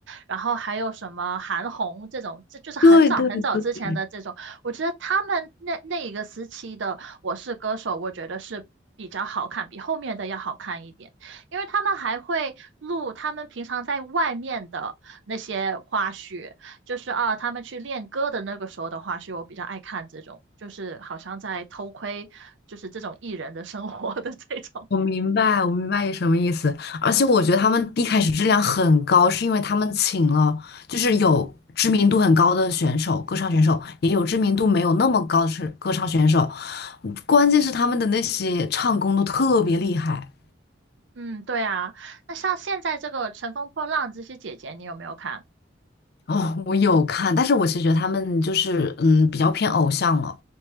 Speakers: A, on the right; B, on the left.
A: 然后还有什么韩红这种，这就是很早很早之前的这种。
B: 对对对，
A: 我觉得他们那那一个时期的《我是歌手》，我觉得是比较好看，比后面的要好看一点，因为他们还会录他们平常在外面的那些花絮，就是啊，他们去练歌的那个时候的话，是我比较爱看这种，就是好像在偷窥，就是这种艺人的生活的这种。
B: 我明白，我明白你什么意思。而且我觉得他们一开始质量很高，是因为他们请了就是有知名度很高的选手，歌唱选手，也有知名度没有那么高的是歌唱选手。关键是他们的那些唱功都特别厉害。
A: 嗯，对啊。那像现在这个《乘风破浪》这些姐姐，你有没有看？
B: 哦，我有看，但是我其实觉得他们就是嗯比较偏偶像了，